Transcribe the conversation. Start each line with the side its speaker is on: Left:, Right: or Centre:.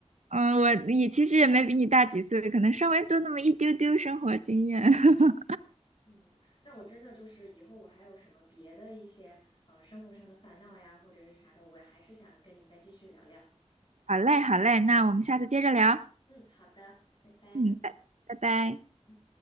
Right: 嗯，我也其实也没比你大几岁，可能稍微多那么一丢丢生活经验。<laughs>
Left: 嗯，那我真的就是以后我还有什么别的一些呃生活上的烦恼呀，或者是啥的，我还是想跟你再继续聊聊。
Right: 好嘞，好嘞，那我们下次接着聊。
Left: 嗯，好的，拜拜。
Right: 嗯，拜拜拜
Left: 嗯。